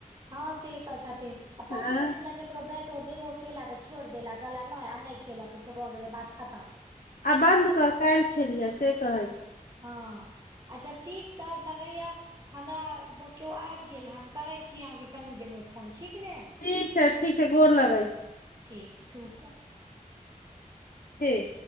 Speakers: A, on the right; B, on the left.
A: हाॅं, से तऽ छथिन, आ पाॅंच
B: हँ
A: मिनट लाग ककरो बेटो देबो केला तऽ, छोड़ि देला, कहला नहि, आब नहि खेलै के छौ, भऽ गेलै बात खत्म,
B: आब बंद कर, कायल खेलिहै से कहै छै।
A: हाॅं, अच्छा ठीक तऽ लगैया। हमरा किओ आबि गेल, हम करै छी अहाँके कनि देरमे फोन, ठीक ने।
B: ठीक छै, ठीक छै गोर लग छी।
A: ठीक, खुशरह।
B: ठीक